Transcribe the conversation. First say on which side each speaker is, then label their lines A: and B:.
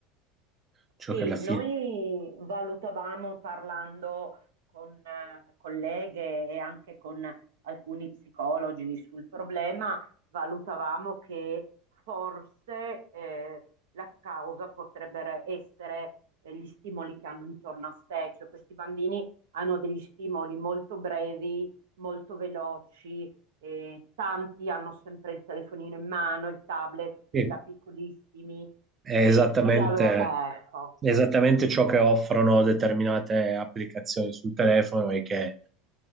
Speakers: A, on the right; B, on the right.
A: ciò
B: Sì,
A: che alla fine...
B: noi valutavamo parlando con eh, colleghe e anche con alcuni psicologi sul problema, valutavamo che forse eh, la causa potrebbero essere eh, gli stimoli che hanno intorno a sé, cioè questi bambini hanno degli stimoli molto brevi, molto veloci, eh, tanti hanno sempre il telefonino in mano, il tablet fin
A: sì.
B: da piccolissimi,
A: È
B: e
A: esattamente,
B: quindi la loro... ecco.
A: esattamente ciò che offrono determinate applicazioni sul telefono e che